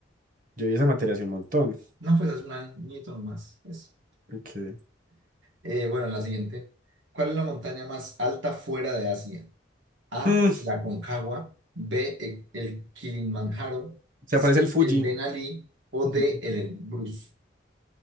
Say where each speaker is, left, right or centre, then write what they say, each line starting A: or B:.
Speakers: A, on the right; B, on the right.
A: Yo vi esa materia hace un montón.
B: No, pues es un añito nomás. pues.
A: Okay.
B: Eh, bueno, la siguiente. ¿Cuál es la montaña más alta fuera de Asia? A,
A: Mm,
B: la Concagua. B, e- el Kilimanjaro.
A: <laughs> se
B: C,
A: aparece el Fuji.
B: el Denali. O
A: <laughs>
B: D, el Elbrus.